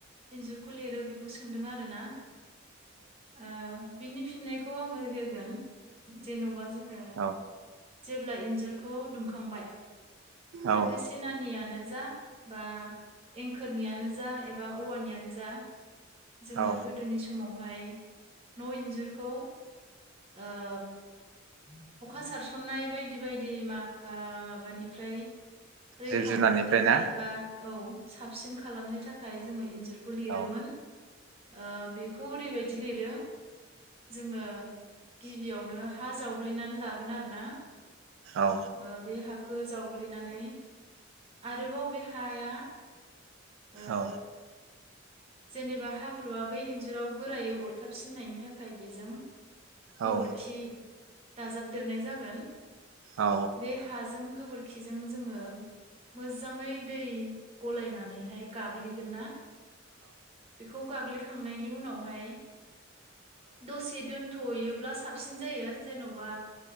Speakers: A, on the right; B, on the right.
A: इन्जुरखौ लिरो बेखौ सोंदों आरोना ओ बिनि फिननायखौ आङो होगोन जेन'बा जोङो
B: औ
A: जेब्ला इन्जुरखौ दुमखांबाय फातोसेनानिया
B: औ
A: आनो जा बा एंखोरनियानो जा एबा औवानियानो जा। जोङो
B: औ
A: गोदोनि समाव फाय न' इन्जुरखौ ओ अखा सारसननाय बायदि बायदि मा आ माबानिफ्राय रैखा
B: जिब जुनारनिफ्राय
A: मोननो थाखाय
B: ना
A: बा औ। साबसिन खालामनो थाखाय जोङो इन्जुर खौ लिरोमोन।
B: औ
A: ओ बेखौ ओरैबायदि लिरो जोङो गिबियावनो हा जावग्लिनानै लागोन आरोना।
B: औ
A: ओ बे हाखो जाव गुलिनानै आरोबाव बे हाया ओ
B: औ
A: जेनेबा हाब्रुआ बै इन्जुराव गोरायै अरथाबसिननायनि थाखाय बेजों गोबोरखि
B: औ
A: दाजाबदेरनाय जागोन।
B: औ
A: बे हाजों गोबोर खिजों जोङो मोजाङै दै गलायनानैहाय गाग्लिगोन ना बेखौ गाग्लि खांनायनि उनावहाय दसे दोनथ'यो ब्ला साबसिन जायो जेन'बा